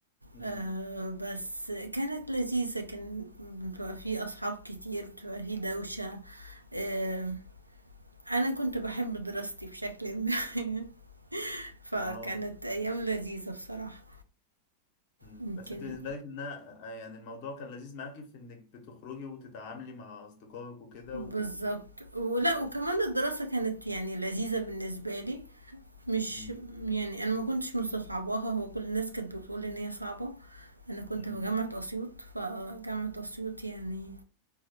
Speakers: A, on the left; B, on the right.
A: امم
B: آآ بس كانت لذيذة، كان بتبقى في أصحاب كتير، بتبقى في دوشة، آآ أنا كنت باحب دراستي بشكل ما، <laughs> فكانت
A: اه
B: أيام لذيذة بصراحة.
A: امم
B: يمكن
A: بس انت بالنسبة لك انها آه، يعني الموضوع كان لذيذ معاكي في انك بتخرجي وتتعاملي مع اصدقائك وكده
B: بالظبط
A: وال...
B: ولا
A: وال...
B: وكمان الدراسة كانت يعني لذيذة بالنسبة لي مش
A: امم
B: يعني انا ما كنتش مستصعباها هو كل الناس كانت بتقول ان هي صعبة انا كنت
A: امم
B: في جامعة اسيوط فجامعة اسيوط يعني